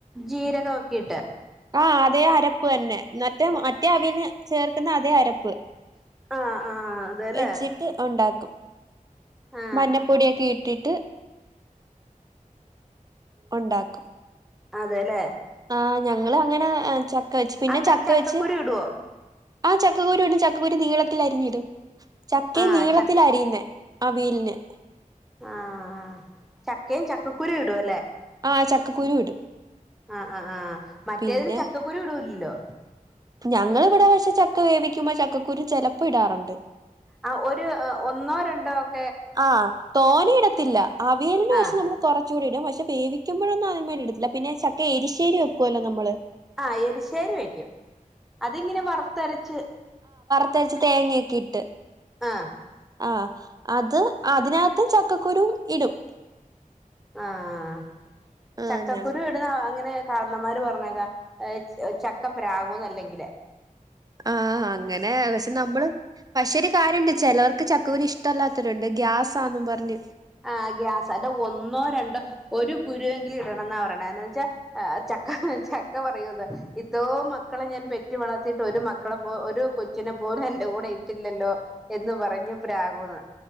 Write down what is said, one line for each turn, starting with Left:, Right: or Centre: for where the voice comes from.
Centre: ജീരകം ഒക്കെയിട്ട്
Right: ആഹ് അതേ അരപ്പ് തന്നെ. എന്നിട്ട് മറ്റേ അവിയലിന് ചേർ അരപ്പ്
Centre: ആ ആ അതെല്ലേ
Right: വെച്ചിട്ട് ഒണ്ടാക്കും.
Centre: ആ
Right: മഞ്ഞപ്പൊടിയൊക്കെ ഇട്ടിട്ട്- ഉണ്ടാക്കും.
Centre: അതെലെ-
Right: ആ ഞങ്ങള് അങ്ങനെ ചക്ക വെച്ച് പിന്നെ
Centre: അന്നേരം
Right: ചക്ക
Centre: ചക്കക്കുരു
Right: വെച്ച്-
Centre: ഇടുവോ
Right: ആ ചക്കക്കുരു ഉണ്ട് ചക്കക്കുരു നീളത്തിൽ അരിഞ്ഞിടും ചക്കേം
Centre: ആ
Right: നീളത്തിലാ
Centre: ച
Right: അരിയുന്നേ അവീല്ന്-
Centre: ആഹ് ആഹ് ചക്കേ ചക്കക്കുരു- ഇടും
Right: ആഹ് ചക്കക്കുരു ഇടും-
Centre: ആഹ് ആഹ് ആഹ് മറ്റേതിന്
Right: പിന്നെ
Centre: ചക്കക്കുരു ഇടൂലുല്ലോ?
Right: ഞങ്ങളിവിടെ ക്ഷെ ചക്ക വേവിക്ക്മ്പം ചക്കക്കുരു ചെലപ്പം ഇടാറുണ്ട് -
Centre: ആഹ് ഒരു ഒന്നോ രണ്ടോ -
Right: ആഹ് തോനെയിടത്തില്ല അവിയലിന്
Centre: ആ
Right: പക്ഷേ നമ്മൾ കൊറ ചക്കക്കുരു ഇടും പക്ഷെവേവിക്കുമ്പോഴൊന്നു അതിനുമേണ്ടി ഇടെത്തില്ല പിന്നെ ചക്ക എരിശേരി വെക്കുവല്ലോ നമ്മള്-
Centre: ആഹ് എരിശേരി വെക്കും അതിങ്ങനെ വറ്ത്തരച്ച്-
Right: വറുത്തരച്ചു തേങ്ങയൊക്കെ ഇട്ട്
Centre: ആഹ
Right: ആ് അത് അതിനകത്ത് ചക്കക്കുരുും ഇടും
Centre: ആഹ
Right: ആഹ്
Centre: ചക്കക്കുരു
Right: ഞാ
Centre: ഇടുന്ന അങ്ങനെ കാരന്നമാര് പറഞ്ഞേക്കാ ചക്കപ്രാകുന്നല്ലെങ്കിൽ
Right: ആഹ അങ്ങനെ വച്ചെ നമ്മള് പക്ഷ കാര്യമണ്ട് ചിലവർക്ക് ചക്കവരി ഇഷ്ടമല്ലാത്തവരുണ്ട് ഗ്യാസാന്നെന്നും പറഞ്ഞ്
Centre: ആഹ ഗ്യാസ അല്ല ഒന്നോ രണ്ടോ ഒരു കുരുവെങ്കിലും ഇടണം എന്ന പറയണെച്ചാൽ ചക്ക ചക്ക പറയത് ഇത്ര മക്കളെ ഞാൻ പെറ്റ് വളർത്തിയിട്ട് ഒരു മക്കളെ ഒരു കൊച്ചിനെ പോലും എന്റെ കൂടെ ഇട്ടില്ലല്ലോ എന്ന് പറഞ്ഞപ്പോ പ്രാകുന്ന്